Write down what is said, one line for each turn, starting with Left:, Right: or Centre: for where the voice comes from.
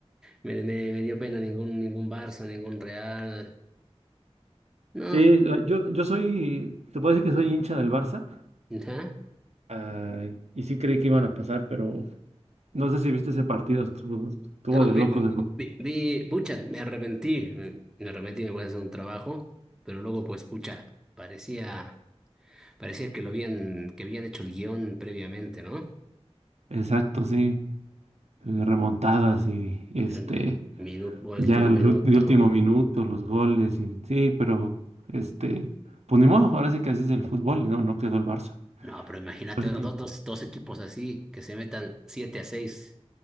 Centre: Me, me, me dio pena ningún, ningún Barça, ningún Real. No,
Right: Sí, la- yo, yo soy, se puede decir que soy hincha del Barça.
Centre: ajá.
Right: Ah, y sí creí que iban a pasar, pero no sé si viste ese partido, estuvo, estuvo
Centre: No,
Right: de
Centre: vi,
Right: locos. de-
Centre: vi- vi- pucha, me arrepentí, me, me arrepentí, me voy a hacer un trabajo, pero luego pues, pucha, parecía, parecía que lo habían, que habían hecho el guión previamente, ¿no?
Right: Exacto, sí. eh, Remontadas y este,
Centre: El Minuto, último
Right: Ya el,
Centre: minuto.
Right: ul- el último minuto, los goles, y, sí, pero este, pues ni modo, ahora sí que así es el fútbol, ¿no? No quedó el Barça.
Centre: No, pero imagínate
Right: Por eso
Centre: dos,
Right: te-
Centre: dos, dos equipos así que se metan 7 a 6